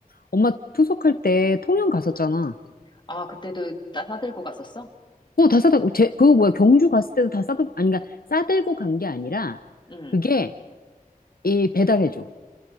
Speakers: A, on the left; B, on the left.
A: 엄마 투석할 때 통영 갔었잖아.
B: 음. 아, 그때도 따, 싸들고 갔었어?
A: 어, 다 싸다, 제, 그거 뭐야, 경주 갔을 때도 다 싸들, 아니, 그러니까 싸들고 간 게 아니라,
B: 음.
A: 그게, 이, 배달해줘.